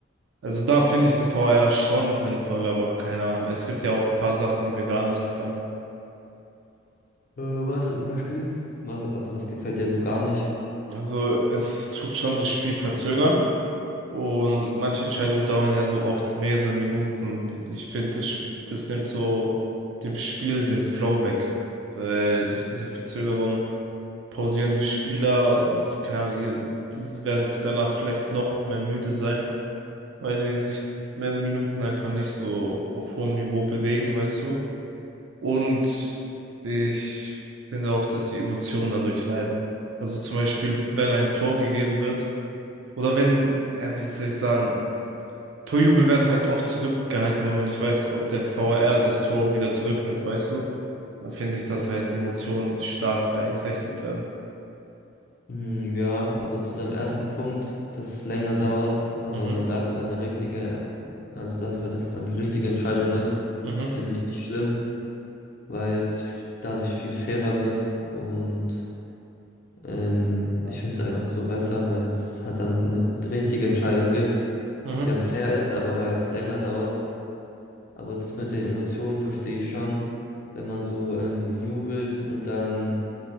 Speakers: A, on the right; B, on the left.
A: Also da finde ich den VAR schon sinnvoll, aber keine Ahnung. Es gibt ja auch ein paar Sachen, die mir gar nicht gefallen.
B: Äh, was zum Beispiel? Was, also was gefällt dir so gar nicht?
A: Also es tut schon das Spiel verzögern. Und manche Entscheidungen dauern ja so oft mehrere Minuten. Ich finde, das, das nimmt so dem Spiel den Flow weg. Weil durch diese Verzögerung pausieren die Spieler und keine Ahnung, ihr- diese werden danach vielleicht noch mehr müde sein, weil sie sich mehrere Minuten einfach nicht so auf hohem Niveau bewegen, weißt du. Und ich finde auch, dass die Emotionen dadurch leiden. Also zum Beispiel, wenn ein Tor gegeben wird, oder wenn, ja, wie soll ich sagen, Torjubel werden halt oft zurückgehalten, weil man nicht weiß, ob der VAR das Tor wieder zurücknimmt, weißt du? Da finde ich, dass halt die Emotionen stark beeinträchtigt werden.
B: Hm, ja, aber zu deinem ersten Punkt, dass es länger dauert, aber
A: Mhm,
B: man dafür dann eine richtige, also dafür, dass dann die richtige Entscheidung ist,
A: mhm,
B: finde ich nicht schlimm, weil es dadurch viel fairer wird und ähm, ich
A: Ja.
B: finde es einfach so besser, wenn es halt dann eine richtige Entscheidung gibt,
A: mhm.
B: die dann fair ist, aber halt länger dauert. Aber das mit den Emotionen verstehe ich schon, wenn man so ähm, jubelt und dann,